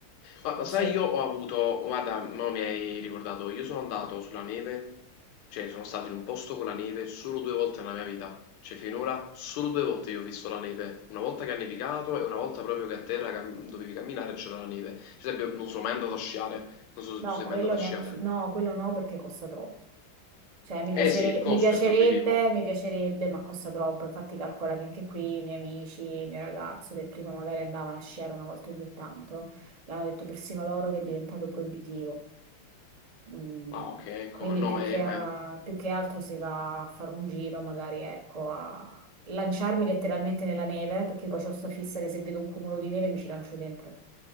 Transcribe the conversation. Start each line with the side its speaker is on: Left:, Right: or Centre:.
Left: Ma
Right: non
Left: lo
Right: c'è,
Left: sai, io ho avuto, guarda, mo mi hai ricordato, io sono andato sulla neve, cioè sono stato in un posto con la neve solo due volte nella mia vita, cioè finora solo due volte io ho visto la neve, una volta che ha nevicato e una volta proprio che a terra cam- dovevi camminare e c'era la neve, ad esempio non sono mai andato a sciare, non so se
Right: no,
Left: tu sei
Right: quello
Left: mai andato
Right: neanche,
Left: a sciare.
Right: no, quello no perché costa troppo. Cioè, mi
Left: Eh
Right: piacere-
Left: sì, il costo
Right: mi piacerebbe,
Left: è proibitivo,
Right: mi piacerebbe, ma costa troppo. Infatti, calcola che anche qui i miei amici, il mio ragazzo del primo magari andavano a sciare una volta ogni tanto, e hanno detto persino loro che è diventato proibitivo. Mm,
Left: ma ok, ecco,
Right: Quindi
Left: no,
Right: più
Left: eh,
Right: che,
Left: ma...
Right: a- più che altro si va a fare un giro, magari ecco, a lanciarmi letteralmente nella neve, perché poi ho sta fissa che se vedo un cumulo di neve mi ci lancio dentro.